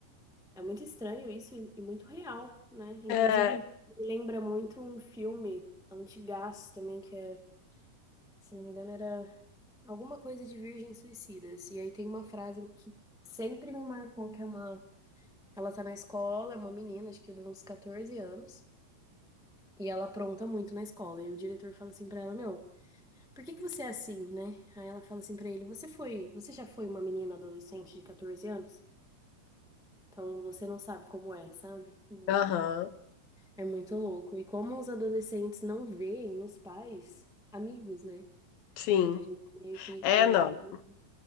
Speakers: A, in the centre; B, on the left (about 75°).
A: é muito estranho isso e, e muito real, né? Inclusive,
B: é
A: me lembra muito um filme antigaço também, que é, se não me engano, era alguma coisa de Virgens Suicidas. E aí tem uma frase que sempre me marcou, que é uma... Ela tá na escola, é uma menina, acho que de uns 14 anos, e ela apronta muito na escola. E o diretor fala assim pra ela, meu... Por que que você é assim, né? Aí ela fala assim pra ele, você foi, você já foi uma menina adolescente de 14 anos? Então você não sabe como é, sabe? Hum.
B: Aham,
A: É muito louco. E como os adolescentes não veem nos pais amigos, né?
B: sim.
A: A gente meio que
B: É,
A: quando
B: não.
A: é jovem.